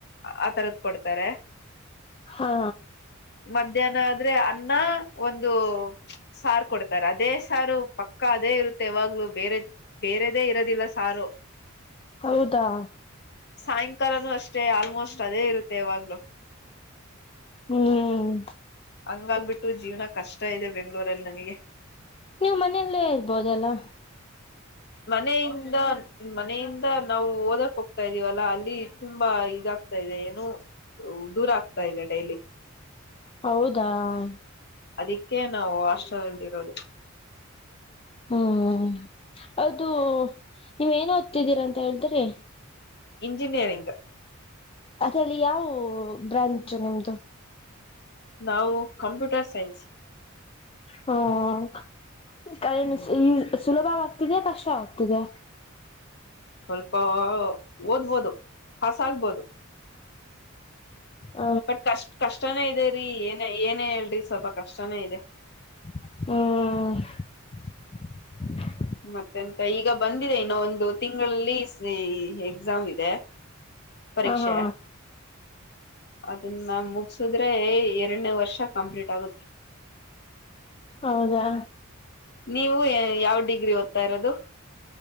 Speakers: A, on the left (about 55°); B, on the left (about 25°).
A: ಆ ತರದ ಕೊಡ್ತಾರೆ.
B: ಹಾ
A: ಮಧ್ಯಾಹ್ನ ಆದ್ರೆ ಅನ್ನ ಒಂದು. ಸಾರು ಕೊಡ್ತಾರೆ ಅದೇ ಸಾರು ಪಕ್ಕ ಅದೇ ಇರುತ್ತೆ. ಯಾವಾಗ್ಲೂ ಬೇರೆ ಬೇರೆದೇ ಇರೋದಿಲ್ಲ ಸಾರು.
B: ಹೌದಾ
A: ಸಾಯಂಕಾಲನು ಅಷ್ಟೇ ಆಲ್ಮೋಸ್ಟ್ ಅದೇ ಇರುತ್ತೆ ಯಾವಾಗ್ಲೂ.
B: ಹ್ಮ್
A: ಹಂಗಾಗ್ಬಿಟ್ಟು ಜೀವನ ಕಷ್ಟ ಇದೆ ಬೆಂಗ್ಗಳೂರಲ್ಲಿ ನನ್ಗೆ.
B: ನೀವು ಮನೆಯಲ್ಲೇ ಇರ್ಬೋದಲ್ಲ.
A: ಮನೆಯಿಂದ. ಮನೆಯಿಂದ ನಾವು ಓದಕ್ ಹೋಗ್ತಾ ಇದ್ದೀವಲ್ಲಾ ಅಲ್ಲಿ ತುಂಬಾ ಇದಾಗ್ತಾ ಇದೆ ಏನು. ದೂರ ಆಗ್ತಾ ಇದೆ ಡೈಲಿ.
B: ಹೌದಾ <unintelligible>
A: ಅದಕ್ಕೆ ನಾವು ಹಾಸ್ಟೇಲ್ ಇರೋದು.
B: ಹ್ಮ್ ಅದು ನೀವ ಏನ್ ಓದ್ತಿದ್ದೀರಾ ಅಂತ ಹೇಳಿದ್ರೆ
A: ಇಂಜಿನಿಯರಿಂಗ್
B: ಅದಲ್ಲಿ ಯಾವ ಬ್ರಾಂಚ್ ನಿಮ್ದು,
A: ನಾವು ಕಂಪ್ಯೂಟರ್ ಸೈನ್ಸ್
B: ಹ ಕ ಈಸ್
A: ಹ್ಮ್
B: ಸುಲಭವಾಗ್ತಿದೆ ಕಷ್ಟವಾಗ್ತಿದೆ
A: ಸ್ವಲ್ಪ ಓದ್ಬೋದು ಪಾಸಾಗಬಹುದು
B: ಹ
A: ಬಟ್ ಕಷ್ಟ ಕಷ್ಟನೇ ಇದೆ ರರಿ ಏನೇ ಏನೇ ಹೇಳ್ರಿ ಸ್ವಲ್ಪ ಕಷ್ಟನೇ ಇದೆ
B: ಹ್ಮ
A: ಮತ್ತೆಂತ ಈಗ ಬಂದಿದೆ ಇನ್ನ ಒಂದು ತಿಂಗಳಲ್ಲಿ ಸೇ ಎಕ್ಸಾಮ್ ಇದೆ ಪರೀಕ್ಷೆ
B: ಹ ಹಾ
A: ಅದನ್ನ ಮುಚ್ಸಿದ್ರೆ ಎರಡನೇ ವರ್ಷ ಕಂಪ್ಲೀಟ್ ಆಗುತ್ತೆ
B: ಹೌದಾ
A: ನೀವು ಯಾವ್ ಡಿಗ್ರಿ ಓದ್ತಾ ಇರೋದು